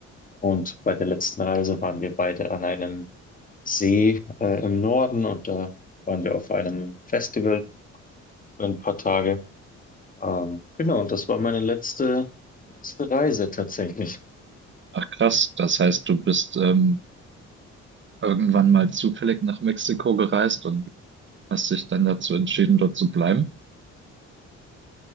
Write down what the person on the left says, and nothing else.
Und bei der letzten Reise waren wir beide an einem See äh, im Norden und da waren wir auf einem Festival für ein paar Tage. Ähm, genau, und das war meine letzte, letzte Reise tatsächlich.